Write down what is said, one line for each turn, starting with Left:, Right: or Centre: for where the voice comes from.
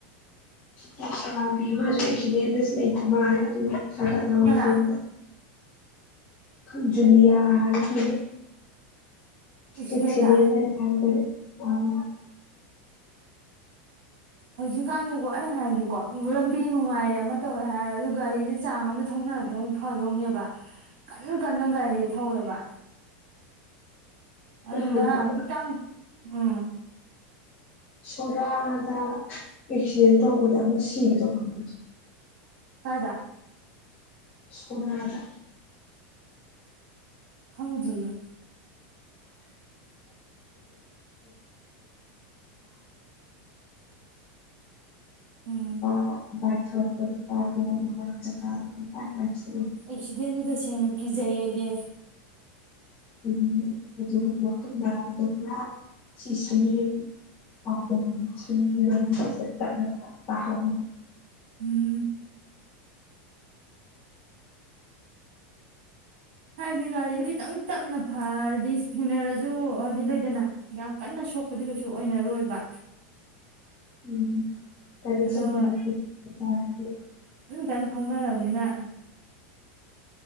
Left: ꯂꯩꯁꯥꯕꯤ ꯑꯃꯁꯨ ꯑꯦꯛꯁꯤꯗꯦꯟꯗ ꯂꯩꯇ ꯃꯥꯜꯂꯦ ꯑꯗꯨꯒ ꯊꯥꯒꯠꯍꯧꯋꯦ
Right: ꯀꯅꯥ
Left: ꯐꯣꯟꯗ ꯈꯪ ꯖꯨꯜꯂꯤꯌꯥ ꯍꯥꯏꯕ꯭ꯔꯥ ꯀꯩꯅꯣ
Right: ꯑꯦꯛꯁꯤꯗꯦꯟꯗ
Left: ꯑꯦꯛꯁꯤꯗꯦꯟ ꯗꯅꯦ ꯍꯥꯏꯕ꯭ꯔꯥ ꯀꯩꯅꯣ ꯑꯣ
Right: ꯍꯧꯖꯤꯛꯀꯥꯟꯗꯤꯀꯣ ꯑꯩ ꯍꯥꯏꯗꯤꯀꯣ ꯂꯝꯕꯤ ꯅꯨꯡꯉꯥꯏꯔꯦ ꯑꯃ ꯇꯧꯔꯦ ꯍꯥꯏꯔꯁꯨ ꯒꯥꯔꯤꯁꯦ ꯆꯥꯡ ꯑꯃꯗ ꯊꯧꯅꯔꯗꯤ ꯑꯃꯨꯛ ꯐꯗꯧꯅꯦꯕ ꯀꯟꯅ ꯑꯗꯨꯒ ꯅꯪ ꯒꯥꯔꯤꯁꯦ ꯊꯧꯔꯕ ꯑꯗꯨꯅ
Left: ꯅꯍꯥꯟꯁꯨ ꯑꯃ
Right: ꯈꯤꯇꯪ ꯎꯝ
Left: ꯁꯦꯔꯗ ꯑꯦꯁꯤꯗꯦꯟꯠ ꯇꯧꯕꯗ ꯑꯃꯥ ꯁꯤꯕꯗꯣ ꯈꯪꯕꯔ ꯏꯆꯦ
Right: ꯀꯥꯏꯗ
Left: ꯁꯨꯃ꯭ꯔꯗ
Right: ꯈꯪꯗꯤꯌꯦ
Left: <inaudible>
Right: ꯎꯝ
Left: ꯕꯥ ꯕꯥꯏꯄ ꯊꯧꯔꯛꯄ ꯅꯨꯄꯥꯗꯣ ꯃꯃꯥꯡ ꯆꯀꯥꯗ ꯄꯨꯄꯥꯏ ꯄꯥꯏꯊꯣꯛ
Right: ꯑꯦꯛꯁꯤꯗꯦꯟꯗꯤ ꯇꯁꯦꯡꯅ ꯀꯤꯖꯩꯌꯦ ꯑꯩꯗꯤ
Left: ꯎꯝ ꯎꯝ ꯑꯗꯨꯒ ꯃꯈꯨꯟ ꯅꯃꯗꯣ ꯄꯨꯔꯥ ꯁꯤ ꯁꯌꯦꯡ ꯄꯥꯝꯕꯣꯝꯒꯤ ꯁꯌꯦꯡ ꯂꯣꯏꯅꯕꯁꯦ ꯇꯠꯂꯒ ꯇꯥꯍꯧꯔꯤ
Right: ꯎꯝ ꯍꯥꯏꯗꯤ ꯒꯥꯔꯤꯁꯦ ꯈꯤꯇꯪ ꯇꯞꯅ ꯐꯔꯗꯤ ꯊꯦꯡꯅꯔꯁꯨ ꯍꯥꯏꯗꯤ ꯂꯩꯗꯅ ꯌꯥꯝ ꯀꯟꯅ ꯁꯣꯛꯄꯗꯤ ꯀꯩꯁꯨ ꯑꯣꯏꯅꯔꯣꯏꯕ
Left: <inaudible> <unintelligible>
Right: ꯑꯗꯨꯒ ꯀꯟ ꯀꯟ ꯊꯧꯅꯔꯝꯅꯤꯅ